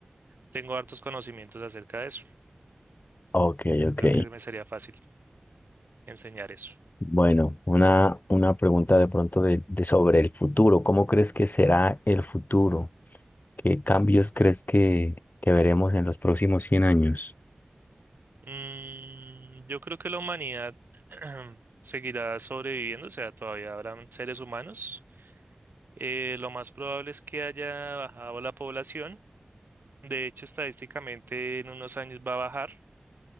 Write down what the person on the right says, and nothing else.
tengo hartos conocimientos acerca de eso.
Creo que me sería fácil enseñar eso.
Mm, yo creo que la humanidad <clears throat> seguirá sobreviviendo, o sea, todavía habrán seres humanos. Eh, lo más probable es que haya bajado la población. De hecho, estadísticamente en unos años va a bajar,